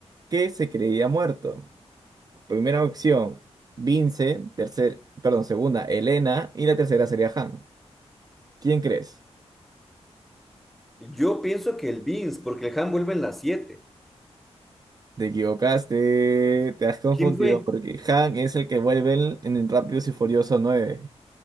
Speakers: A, on the right; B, in the centre.
A: que se creía muerto? Primera opción, Vince, tercer, perdón, segunda, Elena, y la tercera sería Han. ¿Quién crees?
B: Yo pienso que el Vince porque el Han vuelve en las siete
A: Te equivocaste, te has confundido
B: ¿Quién fue?
A: porque Han es el que vuelve en en el Rápidos y Furioso 9